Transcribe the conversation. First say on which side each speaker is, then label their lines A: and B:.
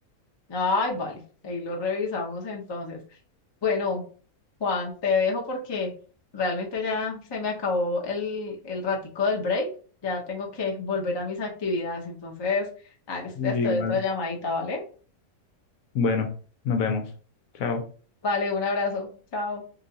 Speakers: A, on the left; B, on the left.
A: Ay, vale, ahí lo revisamos entonces. Bueno, Juan, te dejo porque realmente ya se me acabó el, el ratico del break. Ya tengo que volver a mis actividades. Entonces, ah, en estos
B: Y
A: días
B: yo
A: te doy
B: igual,
A: otra llamadita, ¿vale?
B: bueno, nos vemos. Chao.
A: Vale, un abrazo. Chao.